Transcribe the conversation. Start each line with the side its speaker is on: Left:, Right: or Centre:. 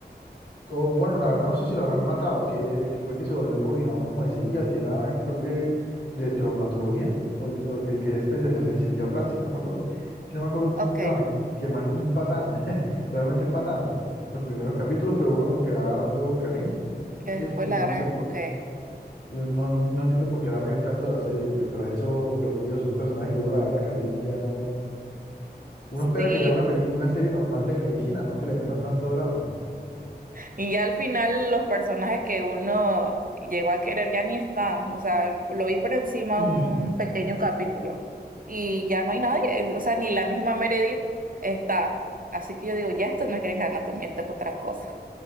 Left: o, bueno, la verdad no sé si lo habrán matado, que, que fue el que se volvió el coordinador como de cirugía, que era, creo que, de traumatología, o el, o el que quería especializarse en cirugía plástica, no me acuerdo. Que no me acuerdo cómo
Right: Ok,
Left: es
Right: que
Left: que van, que más como un patán, <laughs> realmente es patán, los primeros capítulos, pero uno como que le va agarrando cariño,
Right: después
Left: que es que
Right: la
Left: yo
Right: gran...
Left: no sé,
Right: Ok.
Left: yo no, no entiendo por qué la regan tanto la serie, pues tras eso, lo que te digo, son personajes que uno le agarra cariño y ya no... Uno espera
Right: Sí,
Left: que sea una película, una serie normal de medicina, no que le metan tanto drama.
Right: y ya al final los personajes que uno llegó a querer ya ni están. O sea, lo vi por encima
Left: <clears throat>
Right: un, un pequeño capítulo y ya no hay nadie. O sea, ni la misma Meredith está. Así que yo digo, ya esto no es Grey's Anatomy, esto es otra cosa.